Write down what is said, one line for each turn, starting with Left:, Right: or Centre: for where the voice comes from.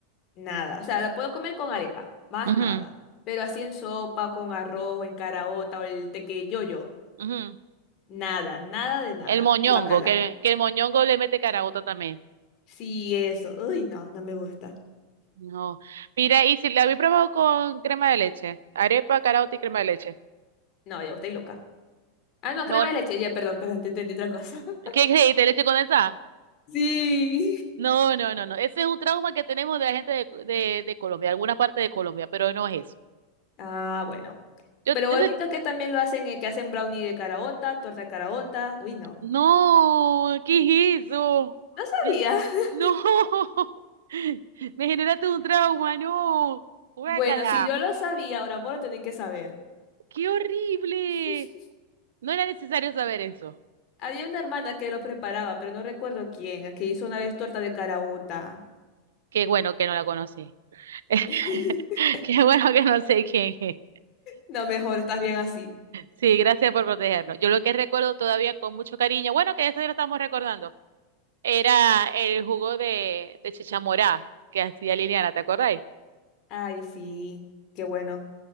Left: Nada, o sea, la puedo comer con arepa, más
Right: Ujú,
Left: nada. Pero así en sopa, con arroz, o en caraota o el tequeyoyo,
Right: ujú.
Left: nada, nada de nada.
Right: El moñongo,
Left: Guacala.
Right: que, que el moñongo le mete caraota también.
Left: Sí, eso. Uy, no, no me gusta.
Right: No. Mira, y si la había probado con crema de leche, arepa, caraota y crema de leche.
Left: No, ya estoy loca. Ah, no,
Right: No,
Left: crema de leche, ya, perdón, perdón, te entendí otra cosa. <laughs>
Right: ¿qué creíste? ¿Leche condensada?
Left: Sí.
Right: No, no, no, no. Ese es un trauma que tenemos de la gente de, de, de Colombia, algunas partes de Colombia, pero no es eso.
Left: Ah, bueno.
Right: Yo,
Left: Pero
Right: yo
Left: he visto que también lo hacen, eh, que hacen brownie de caraota, torta de caraota. Uy, no.
Right: No, ¿qué es eso?
Left: No sabía.
Right: Ya-
Left: <laughs>
Right: No, <laughs> me generaste un trauma, no. Guácala,
Left: Bueno, si yo lo sabía, ahora vos lo tenés que saber.
Right: qué horrible.
Left: <laughs>
Right: No era necesario saber eso.
Left: Había una hermana que lo preparaba, pero no recuerdo quién, que hizo una vez torta de caraota.
Right: Qué bueno que no la conocí. <laughs>
Left: <laughs>
Right: Qué bueno que no sé quién es.
Left: No, mejor, estás bien así.
Right: Sí, gracias por protegernos. Yo lo que recuerdo todavía con mucho cariño, bueno, que eso ya lo estamos recordando, era el jugo de, de chicha morada que hacía Liliana, ¿te acordáis?
Left: Ay, sí, qué bueno.